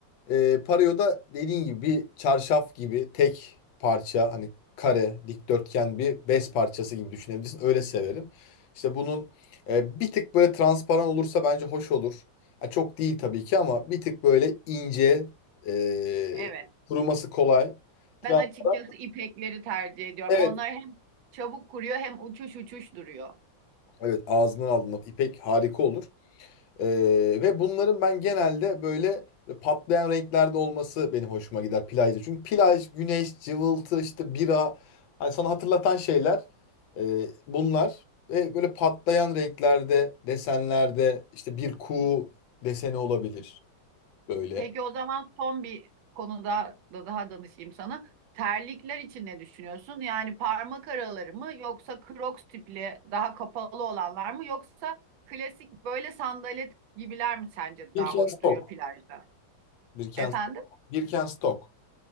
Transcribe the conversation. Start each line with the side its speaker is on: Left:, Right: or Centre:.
Left: e, pareo da dediğin gibi bir çarşaf gibi tek parça hani kare, dikdörtgen bir bez parçası gibi düşünebilirsin. Öyle severim. İşte bunun e, bir tık böyle transparan olursa bence hoş olur. Ha, çok değil tabii ki ama bir tık böyle ince, e,
Right: Evet.
Left: kuruması kolay. transparan.
Right: Ben açıkçası ipekleri tercih ediyorum.
Left: evet,
Right: Onlar hem çabuk kuruyor hem uçuş uçuş duruyor.
Left: evet ağzından aldığında ipek harika olur. Ee, ve bunların ben genelde böyle patlayan renklerde olması benim hoşuma gider plajda. Çünkü plaj, güneş, cıvıltı, işte bira hani sana hatırlatan şeyler e, bunlar. Ve böyle patlayan renklerde, desenlerde işte bir kuğu deseni olabilir böyle.
Right: Peki o zaman son bir konuda da daha danışayım sana. Terlikler için ne düşünüyorsun? Yani parmak araları mı yoksa Crocs tipli daha kapalı olanlar mı yoksa klasik böyle sandalet gibiler mi sence
Left: Birkenstock.
Right: daha hoş duruyor plajda?
Left: Birkenstock.
Right: Efendim?
Left: Birkenstock.